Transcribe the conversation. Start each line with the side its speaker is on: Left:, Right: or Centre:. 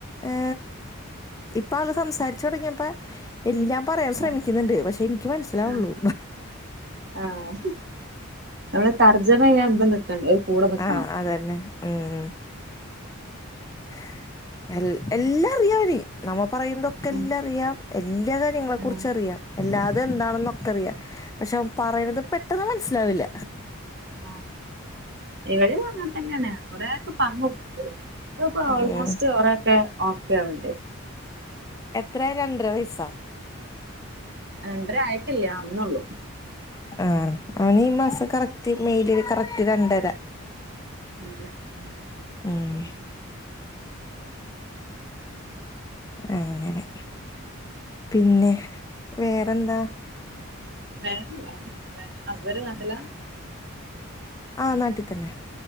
Left: ഹേ ഇപ്പ ആള് സംസാരിച്ച് തോടങ്ങിയപ്പ എല്ലാം പറയാൻ ശ്രമിക്ക്‌ന്ന്ണ്ട്
Right: ഉം
Left: പക്ഷെ എൻക്ക് മനസിലാവോള്ളൂ
Right: ഉം ആഹ് നമ്മള് തർജ്ജമ ചെയ്യാൻ നമ്മള് നിക്കണ്ട ഒരു കൂടെ നിക്കണം
Left: ആഹ് അതന്നെ ഉം ഉം <inaudible> എൽ എല്ലാം അറിയാവന് നമു പറയുതൊക്കെ എല്ലാ
Right: ഉം
Left: അറിയാം എല്ല് എല്ലാ കാര്യങ്ങളെ
Right: ഉം
Left: കുറിച്ച് അറിയാം അല്ലാതെ എന്താണെന്നൊക്കറിയാ പക്ഷെ അവൻ പറയ്ണത് പെട്ടെന്ന് മൻസ് സ്ലാവില്ല
Right: ആഹ് ഇവിടിം അങ്ങൻ തന്നേണ് കൊറേ പറ്ഞ്ഞോക്ക് ഇപ്പൊ ആൾമോസ്റ്റ്
Left: ഉം
Right: കൊറേക്കെ ഓക്കെ ഉണ്ട്.
Left: എത്രെ രണ്ടര വയസാ
Right: രണ്ടര ആയിട്ടില്ല ആകുനൊള്ളു.
Left: ആഹ് അവൻ ഈ മാസം കറക്റ്റ് മെയില് കറക്റ്റ് രണ്ടരാ.
Right: അതെ ഉം
Left: ഉം അങ്ങനെ പിന്നെ വേറെന്താ
Right: വേറെല്ല ഹസ്ബൻറ് നാട്ടില
Left: ആ പ് നാട്ടി തന്നെ